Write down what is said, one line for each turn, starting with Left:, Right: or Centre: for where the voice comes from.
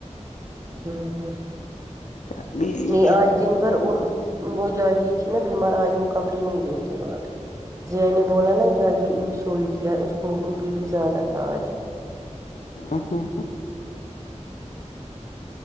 Right: ہوں
Left: کیا بزی
Right: نہیں
Left: ہے
Right: اج دن بھر وہ جاگی تھی نا بیمار آج وہ کپڑے نہیں دھوتے وہاں پہ ذیا نے بولا نا جاگی وہ سوئی تھی اس کو بی پی زیادہ تھا آج
Left: ہاں ہاں